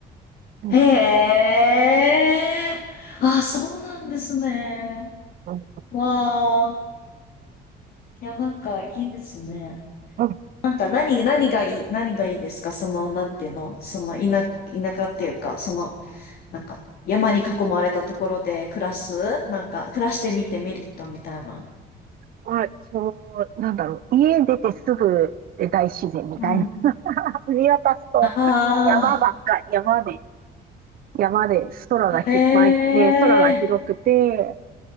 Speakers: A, on the right; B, on the left.
A: うん
B: あ、へえ。ああ、そうなんですね。
A: うん
B: わあ。いや、なんかいいですね。
A: うん
B: なんか何、何がいい、何がいいですかその、なんていうのその、田、田舎っていうか、その、なんか、山に囲まれたところで暮らすなんか、暮らしてみてメリットみたいな。
A: まあ、そう、なんだろう。家出てすぐ大自然みたいな
B: うん。
A: 見渡すと山ばっかり、
B: ああ、
A: 山で、山で空がひ、
B: へえ
A: まいね、空が広くて、